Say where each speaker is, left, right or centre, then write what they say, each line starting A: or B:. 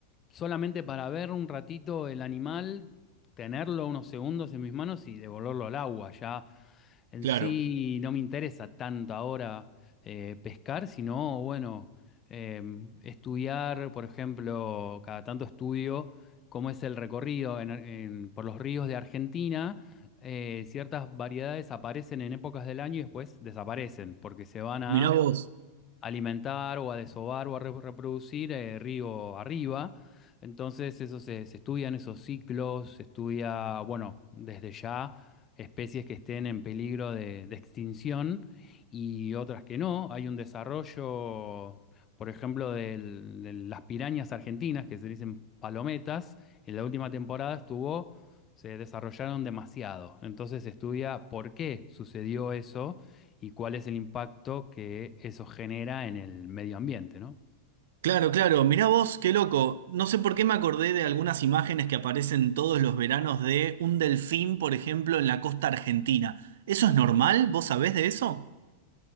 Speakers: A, on the left (about 25°); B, on the right (about 55°).
A: solamente para ver un ratito el animal, tenerlo unos segundos en mis manos y devolverlo al agua. Ya en
B: Claro.
A: sí no me interesa tanto ahora eh, pescar, sino bueno eh, estudiar, por ejemplo, cada tanto estudio cómo es el recorrido en- en- por los ríos de Argentina. Eh, ciertas variedades aparecen en épocas del año y después desaparecen porque se van a
B: Mirá Mira, vos.
A: a alimentar o a desovar o a re- reproducir eh, río arriba. Entonces, eso se, se estudian esos ciclos, se estudia, bueno, desde ya especies que estén en peligro de, de extinción y otras que no. Hay un desarrollo, por ejemplo, del- de las pirañas argentinas, que se dicen palometas. En la última temporada estuvo, se desarrollaron demasiado. Entonces, se estudia por qué sucedió eso y cuál es el impacto que eso genera en el medio ambiente, ¿no?
B: Claro, claro. Mirá vos, qué loco. No sé por qué me acordé de algunas imágenes que aparecen todos los veranos de un delfín, por ejemplo, en la costa argentina. ¿Eso es normal? ¿Vos sabés de eso?